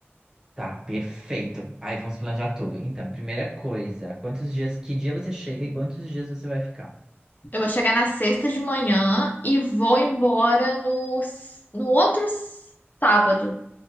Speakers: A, on the right; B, on the left.
A: Tá, perfeito. Aí vamos planejar tudo. Então, primeira coisa, quantos dias, que dia você chega e quantos dias você vai ficar?
B: Eu vou chegar na sexta de manhã e vou embora no, s- no outro sábado